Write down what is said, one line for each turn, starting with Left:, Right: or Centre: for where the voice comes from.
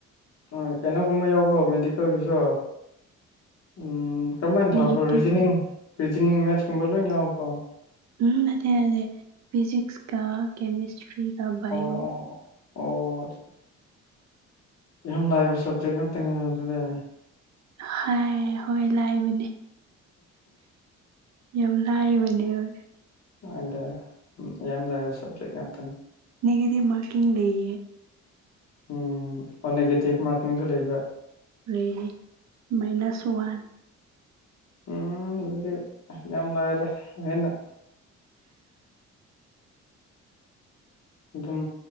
Left: ꯍꯣꯏ ꯀꯩꯅꯣꯒꯨꯝꯕ ꯌꯥꯎꯕ꯭ꯔꯣ ꯃꯦꯗꯤꯀꯦꯜꯒꯤꯁꯨ ꯎꯝ ꯀꯝꯃꯥꯏꯟ ꯊꯥꯕ꯭ꯔꯣ
Right: ꯅꯦꯒꯦꯇꯤꯞ
Left: ꯔꯤꯖꯅꯤꯡ ꯔꯤꯖꯅꯤꯡ ꯃꯦꯠꯁꯀꯨꯝꯕ ꯂꯣꯏꯅ ꯌꯥꯎꯕ꯭ꯔꯣ
Right: ꯎꯝ ꯅꯠꯇꯦ ꯅꯠꯇꯦ ꯐꯤꯖꯤꯛꯁꯀ ꯀꯦꯃꯤꯁꯇ꯭ꯔꯤꯒ ꯕꯥꯏꯑꯣ
Left: ꯑꯣ ꯑꯣ ꯑꯣ ꯌꯥꯝ ꯂꯥꯏꯕ ꯁꯕꯖꯦꯛ ꯉꯥꯛꯇꯅꯤꯅꯦ ꯑꯗꯨꯗꯤ
Right: ꯍꯣꯏ ꯍꯣꯏ ꯂꯥꯏꯕꯅꯦ ꯌꯥꯝ ꯂꯥꯏꯕꯅꯦꯕ
Left: ꯑꯗ ꯌꯥꯝ ꯂꯥꯏꯕ ꯁꯕꯖꯦꯛ ꯉꯥꯛ
Right: ꯅꯒꯦꯇꯤꯚ ꯃꯥꯔꯀꯤꯡ ꯂꯩꯌꯦ
Left: ꯎꯝ ꯑꯣ ꯅꯦꯒꯦꯇꯤꯚ ꯃꯥꯔꯀꯤꯡꯁꯨ ꯂꯩꯕ
Right: ꯂꯩꯌꯦ ꯃꯥꯏꯅꯁ ꯋꯥꯟ
Left: ꯎꯝ ꯑꯗꯨꯗꯤ ꯌꯥꯝ ꯂꯥꯏꯔꯦꯗ ꯍꯦꯟꯅ ꯑꯗꯨꯝ